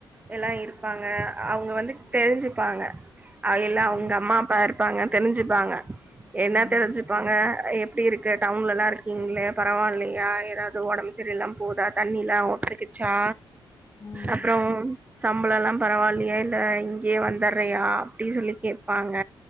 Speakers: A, on the right (about 15°); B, on the left (about 25°).
A: எல்லா இருப்பாங்க அவங்க வந்து தெரிஞ்சுப்பாங்க அவிகில்லா அவங்க
B: ம்
A: அம்மா அப்பா இருப்பாங்க தெரிஞ்சுப்பாங்க என்ன
B: ம்
A: தெரிஞ்சு ப்பாங்க எப்டி இருக்கு டவுன்ல எல்லா இருக் கீங்களே பரவால்லயா எதாவது ஒடம்பு சரியில்லாம போகுதா தண்ணி எல்லா ஒத்துக்கிச்சா
B: ம்
A: அப்புறம் சம்பளோ எல்லா பரவால்லயா இல்ல இங்கேயே வந்துற்றயா அப்டி சொல்லி கேப்பாங்க